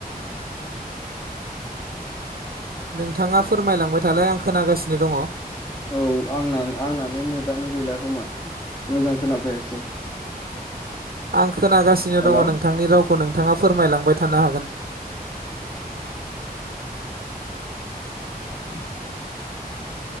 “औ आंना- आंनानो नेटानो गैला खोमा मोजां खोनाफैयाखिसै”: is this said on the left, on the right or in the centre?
Left